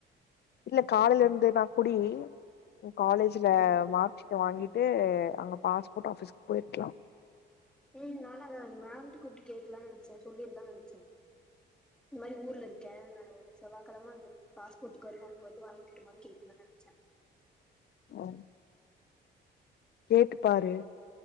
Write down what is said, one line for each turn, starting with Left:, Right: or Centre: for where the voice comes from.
Left: இல்ல காலேல இருந்தா தா குடி காலேஜ்ல
Centre: ம்
Left: மார்க்சீட் வாங்கிட் ட்டு அங்க பாஸ்போர்ட் ஆபிஸ்கு போயிருக்கலாம்
Centre: ஹும் நானு அத அந்த மேம்ட கூப்பிட்டு கேக்கலான் நினச்சேன் சொல்லிருந்தான்னு நினச்சேன் இந்த மாரி ஊர்ல இருக்கேன் நா செவ்வாயக்கிழமை வந்து பாஸ்போர்ட்டுக்கு வருவேன் அப்ப வந்து வாங்கிக்கட்டுமானு கேக்கலாம்னு நினச்சேன்
Left: ம் கேட்டு பாரு